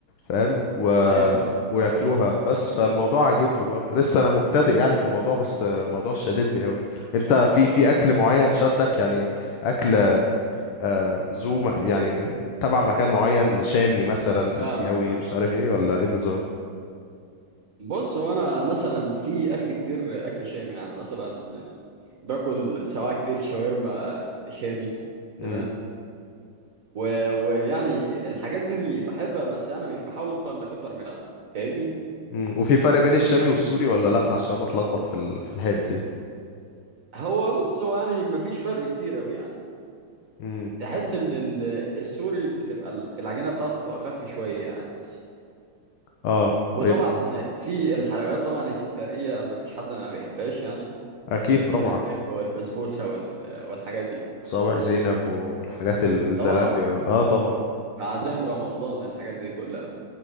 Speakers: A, on the left; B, on the right.
A: فاهم و...
B: ايوه فاهمك
A: وياكلوها بس فالموضوع عاجبني برضه لسه انا مبتدئ يعني في الموضوع بس آه، الموضوع شددني قوي انت في في اكل معين شدك يعني اكل آه، ذو م- يعني تبع مكان معين شامي مثلا
B: فاهمك
A: اسيوي
B: فاهمك
A: مش عارف ايه ولا ايه النظام
B: بص وانا مثلا في اكل كتير اكل شامي يعني مثلا آه، باكل سواء كتير شاورما شامي
A: امم
B: تمام و- ويعني الحاجات دي, دي بحبها بس يعني مش بحاول ان اكتر منها فاهمني
A: امم وفي فرق بين الشامي والسوري ولا لا عشان أنا بتلخبط في ال... في الحتة دي
B: هو بص هو يعني مفيش فرق كتير قوي يعني
A: امم
B: تحس ان ال- السوري بتبقى ال- العجينه بتاعته اخف شويه يعني بس
A: اه
B: وطبعا
A: يبقى
B: في الحلويات طبعا الشرقيه مفيش حد ما بيحبهاش يعني
A: اكيد
B: الكنافه
A: طبعا
B: والبسبوسه وال- والحاجات دي
A: صابع زينب والحاجات الزلابية
B: طبعا
A: و... اه طبعا
B: في عزايم رمضان الحاجات دي كلها